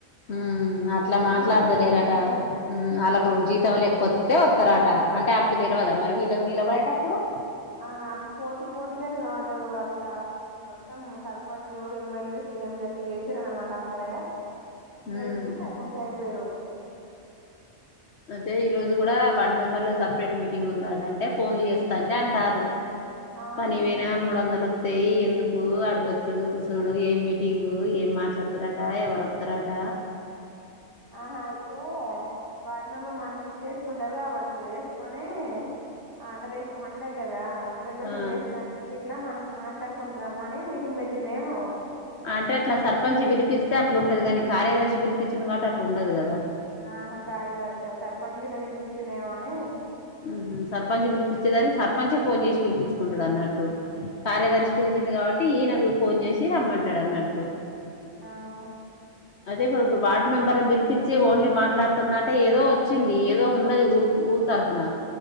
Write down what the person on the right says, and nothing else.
వెళ్ళి
అక్కడ ఉమ్
ఉమ్
ఆ అప్పుడు పోటీ పోటీగా నిలబడ్డారు అంత, మొత్తం సర్పంచ్ ఎమ్మెల్యే సీఎం లెక్క చేసిర అనమాట అప్పుడే ఇంఖ
ఇప్పుడు సైలెంట్ అయిపోయిర్రు
ఆహా
ఆహా ఐతే వార్డ్ మెంబర్ మనిషికింత వేసుకుంటరు కావచ్చు వేసుకొని అంటే రేపు పండగ కదా సెలబ్రేషన్
చేస్తానికి ఇట్లా మనం మాట్లాడుకుంటున్నాం అని మీటింగ్ పెట్టిర్రేమో
ఆహా కార్యదర్శా సర్పంచ్ గిట్లా పిలిపిచ్చిండేమో అని
ఆ
ఆహా